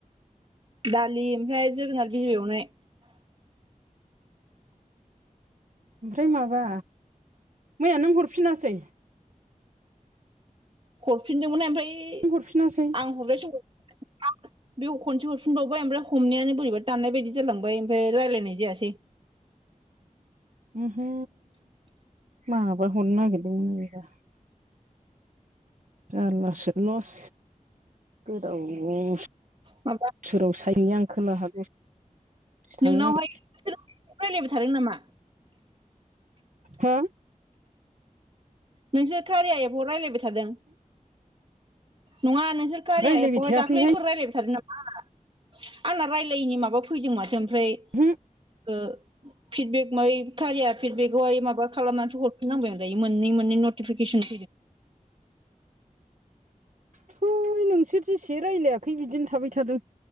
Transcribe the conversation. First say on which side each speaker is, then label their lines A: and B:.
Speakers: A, on the right (about 40°); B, on the right (about 60°).
A: दालि ओमफ्राय जोगोनार बिजौ एवनाय
B: ओमफ्राय माबा मैया नों हरफिनासै?
A: हरफिनदोंमोनहाय ओमफ्राय
B: हरफिनासै
A: आं हरनाय समाव बे खनसे हरफिनबावबाय ओमफ्राय हमनायानो बोरैबा दाननाय बायदि जालांबाय ओमफ्राय रायज्लायनाय जायासै
B: ओहो माबा हरनो नागिरदोंमोन नबा जारलासो लस गोदाव
A: माबा
B: बोसोराव सायैनि आं खोला हागोन थांनांगोन
A: नोंनावहाय रायलायबाय थादों नामा
B: हा
A: नोंसोर खारिया एफ' रायज्लायबाय थादों नङा नोंसोर खारिया
B: रायज्लायबाय
A: एफावहाय
B: थायाखैहाय
A: दाख्लैफोर रायलायबाय थादों ना आ आंना रायलायैनि माबा फैदों माथो ओमफ्राय
B: हु
A: ओ फिदबेक म कारिया फिडबेक आहाय माबा खालामनानैथो हरफिनांबाय आं दायो मोननै मोन नतिफिकेसन
B: थय नोंसोर जेसे रायज्लायाखै बिदिनो थाबाय थादों